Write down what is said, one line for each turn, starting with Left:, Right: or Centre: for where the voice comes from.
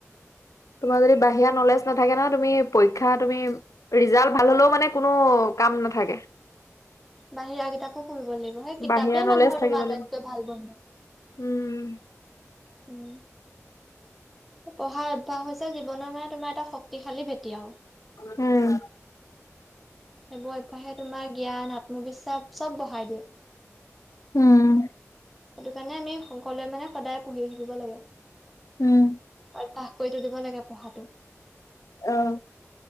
Left: তোমাৰ যদি বাহিৰা নলেজ নাথাকে না তুমি শিক্ষা তুমি ৰিজাল্ট ভাল হলেও মানে কোনো কাম নাথাকে।
Centre: বাহিৰা কিতাপো পঢ়িব লাগিব। সেই কিতাপেই
Left: বাহিৰা নলেজ
Centre: মানুহৰ
Left: থাকিব
Centre: তোমাৰ আটাইতকৈ
Left: লাগিব।
Centre: ভাল বন্ধু।
Left: উম,
Centre: উম। পঢ়াৰ অভ্যয়াস হৈছে, জীৱনৰ মানে তোমাৰ এটা শক্তিশালী ভেটি আৰু
Left: উম,
Centre: এইবোৰ, এপাহে তোমাৰ জ্ঞান আত্মবিশ্বাস চ'ব বঢ়াই দিয়ে।
Left: উম।
Centre: সেইটো কাৰণে আমি সকলোৱে মানে সদায় পঢ়ি থাকিব লাগে।
Left: উম।
Centre: অভ্যুবাস কৰিতো দি'ব লাগে পঢ়াটো।
Left: আহ।